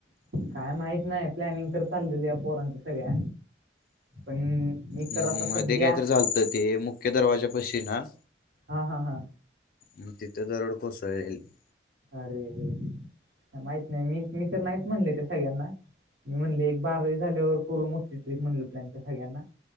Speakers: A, on the right; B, on the left.
A: काय माहीत नाही प्लॅनिंग कर चाललेल या पोरांच्या सगळ्या पण मी
B: हम्म,
A: तर आता सध्या
B: मध्ये काय तरी चालतं ते मुख्य दरवाज्या पशी ना
A: हा हा हा
B: मग तिथे दरड कोसळलेले.
A: अरे, अरे माहित नाही मी मी तर नाहीत म्हणल होते सगळ्यांना. मी म्हणले एक बारावी झाल्यावर करू मोठी ट्रीप म्हणले प्लॅन तर सगळ्यांना.